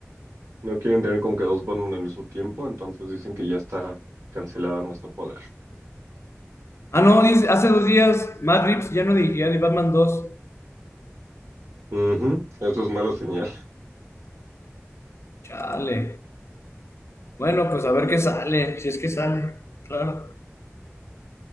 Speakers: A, on the right (about 75°); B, on the left (about 65°).
A: no quieren tener como que dos Batman al mismo tiempo, entonces dicen que ya está cancelada más no poder.
B: Ah, no, dice, hace dos días Matt Reeves ya no dirigía ni Batman dos
A: Ujú, Eso es mala señal.
B: Chale. Bueno, pues a ver qué sale, si es que sale. Claro.